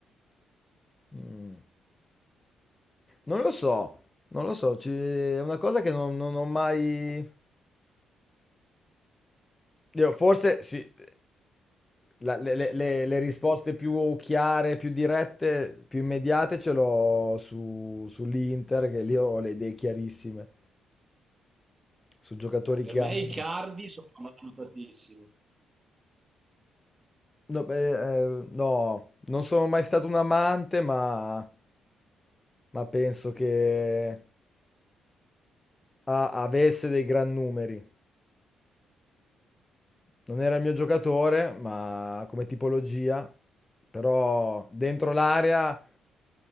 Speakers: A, on the left; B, on the right.
A: Mm. Non lo so, non lo so, ci- è una cosa che non, non ho mai... Io forse sì, la- le, le- le- le risposte più chiare, più dirette, più immediate ce l'ho su, sull'Inter, che lì ho le idee chiarissime, su giocatori
B: per
A: che
B: me
A: hanno.
B: Icardi sopravvalutatissimo.
A: No, beh, eh, no, non sono mai stato un amante, ma, ma penso che... Ah, avesse dei gran numeri. Non era il mio giocatore, ma come tipologia, però dentro l'area